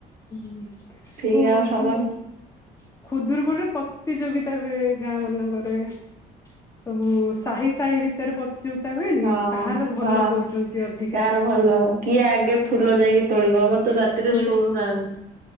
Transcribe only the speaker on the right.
ଠିକ
ଆମ ସମସ୍ତ
ହଁ
ହଁ
କାହାର ଭଲ କିଏ ଆଗେ ଫୁଲ ଯାଇକି ତୋଳିବ ଆମର ତ ରାତିରେ
ଶୋଉନା ଆମେ।